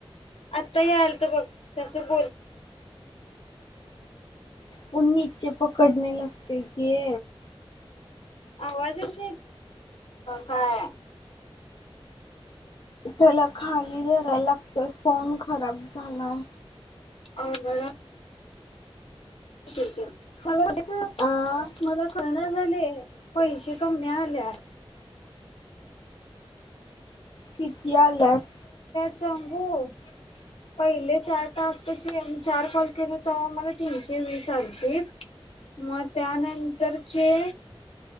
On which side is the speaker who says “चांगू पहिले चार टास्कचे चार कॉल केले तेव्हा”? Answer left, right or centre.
Left